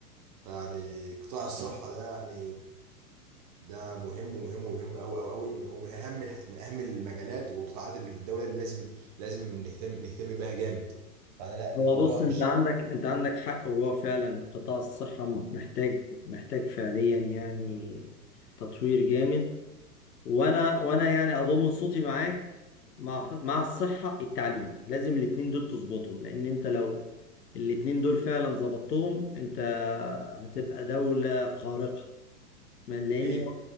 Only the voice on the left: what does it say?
هو
بص
انت عندك انت عندك حق هو فعلا قطاع الصحة محتاج محتاج فعليا يعني تطوير جامد وانا وانا يعني اضم صوتي معاك مع مع الصحة التعليم لازم الاتنين دول تظبطهم لان انت لو الاتنين دول فعلا ظبطتهم انت هتبقى دولة خارقة ما- لان